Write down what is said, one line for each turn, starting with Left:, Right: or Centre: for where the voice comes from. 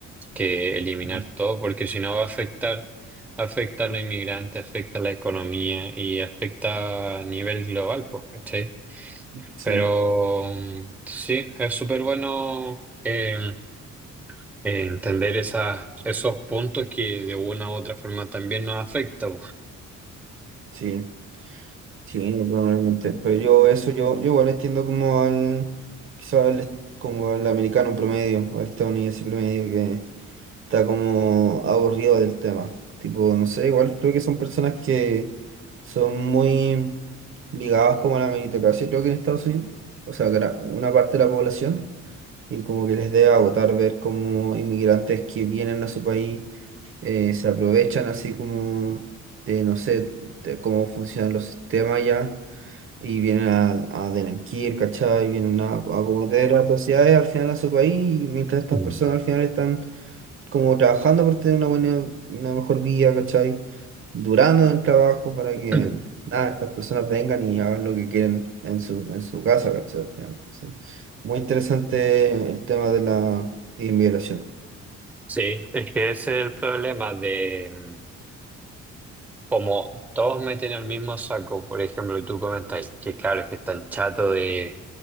Centre: que eliminar
Right: <laughs>
Centre: todo, porque si no va a afectar, afecta a los inmigrantes, afecta a la economía y afecta a nivel global, pues, ¿cachai?
Right: Sí,
Centre: Pero mm, sí, es súper bueno eh, entender esas, esos puntos que de una u otra forma también nos afectan. pues.
Right: sí, sí, no, probablemente. Pero yo eso, yo, yo igual entiendo como al, quizá al est- como al americano promedio, o al estadounidense promedio que está como aburrido del tema. Tipo, no sé, igual creo que son personas que son muy ligadas como a la meritocracia, creo que en Estados Unidos, o sea, gra- una parte de la población, y como que les debe agotar ver como inmigrantes que vienen a su país eh, se aprovechan así como de, no sé, de cómo funcionan los sistemas ya, y vienen a, a delinquir, ¿cachai? Vienen a, a cometer atrocidades al final a su país, y mientras estas
Centre: Mm.
Right: personas al final están como trabajando por tener una buena, una mejor vida, ¿cachai? Durando en el trabajo para que
Centre: <clears throat>
Right: nada, estas personas vengan y hagan lo que quieren en su, en su casa, ¿cachai? Al final, sí. Muy interesante el tema de la inmigración.
Centre: Sí, es que ese es el problema de mm, como todos meten el mismo saco, por ejemplo, y tú comentáis que claro, que están chato de,